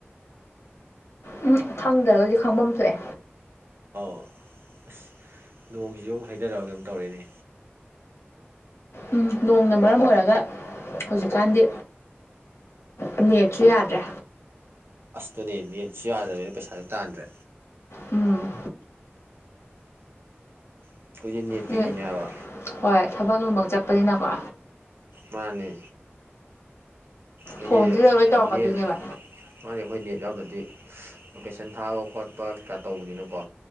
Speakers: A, on the left; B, on the right.
A: ꯎꯝ ꯈꯪꯗ꯭ꯔꯒꯗꯤ ꯈꯪꯐꯝ ꯊꯣꯛꯑꯦ
B: ꯑꯥꯎ ꯑꯁ ꯅꯣꯡꯁꯤꯁꯨ ꯑꯃꯨꯛ ꯍꯩꯊꯔꯛꯑꯕ ꯀꯩꯅꯣꯝ ꯇꯧꯔꯦꯅꯦ
A: ꯎꯝ ꯅꯣꯡꯅ ꯃꯔꯝ ꯑꯣꯏꯔꯒ ꯍꯧꯖꯤꯛꯀꯥꯟꯗꯤ ꯎꯝ ꯅꯦꯠꯁꯨ ꯌꯥꯗ꯭ꯔꯦ
B: ꯑꯁ ꯑꯗꯨꯅꯦ ꯅꯦꯠꯁꯨ ꯌꯥꯗꯕꯅꯤꯅ ꯄꯩꯁꯥꯁꯨ ꯇꯥꯟꯗ꯭ꯔꯦ
A: ꯎꯝ
B: ꯑꯩꯈꯣꯏꯗꯤ ꯅꯦꯠꯀꯤ
A: ꯅꯦꯠ
B: ꯃꯤꯅꯦ ꯍꯥꯏꯕ
A: ꯍꯣꯏ ꯊꯕꯛ ꯂꯣꯏꯃꯛ ꯆꯠꯄꯅꯤꯅꯀꯣ
B: ꯃꯥꯅꯤ ꯑꯩꯈꯣꯏꯒꯤ
A: ꯐꯣꯟꯁꯤꯗ ꯂꯣꯏ ꯇꯧꯔꯛꯀꯗꯣꯏꯅꯦꯕ
B: ꯅꯦꯠ ꯃꯥꯅꯦ ꯑꯩꯈꯣꯏ ꯅꯦꯠ ꯌꯥꯎꯗ꯭ꯔꯗꯤ ꯂꯣꯀꯦꯁꯟ ꯊꯥꯕ ꯈꯣꯠꯄ ꯀꯩꯀꯥ ꯇꯧꯕꯅꯤꯅꯀꯣ